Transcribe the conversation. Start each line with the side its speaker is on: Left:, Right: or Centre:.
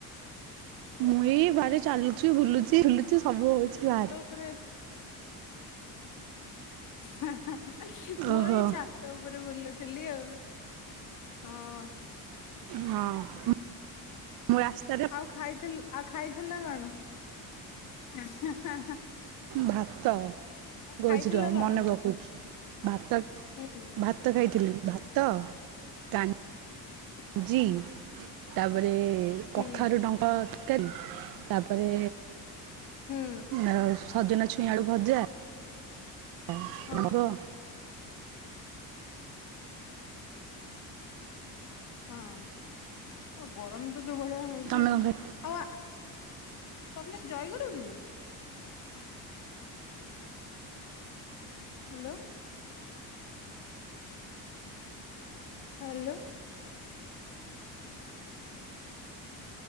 Right: ମୁଁ ଏଇ ବାରିରେ ଚାଲୁଚି ବୁଲୁଚି ଝୁଲୁଚି ସବୁ ହଉଚି ବାହାରେ।
Left: ତାପରେ ହାଁ ହାଁ ମୁଁ
Right: ଓହୋ
Left: ଏଇ ଛା ଛାତ ଉପରେ ବୁଲଥିଲି ଆଉ ହଁ।
Right: ହଁ ମୁଁ ଆସି
Left: ଆଉ ଖାଇଥି ଆଉ ଖାଇଥିଲା କଣ ହାଁ ‌ହାଁ ହାଁ।
Right: ଭାତ କହୁଛି
Left: ଖାଇଥିଲ
Right: ରୁହ
Left: କଣ?
Right: ମନେ ପକଉଛି। ଭାତ
Left: ହୁଁ
Right: ଭାତ ଖାଇଥିଲି ଭାତ, ଡ଼ା
Left: ହଁ
Right: ଜି ତାପରେ
Left: ହୁଁ
Right: କଖାରୁ ଡ ପଦକାଲି <unintelligible> ତାପରେ
Left: ହୁଁ
Right: ଆଉ ସଜନା ଛୁଇଁ ଆଳୁ ଭଜା ଆମ୍ବ
Left: ହଁ ହଁ ଆଉ ଗରମ ତ ଯୋଉ ଭଳିଆ ହଉଛି
Right: ତମେ କଣ ଖାଇ
Left: ଆଉ-ଆ ତମେ ଜୟଗରୁ କି? ହାଲୋ। ହାଲୋ।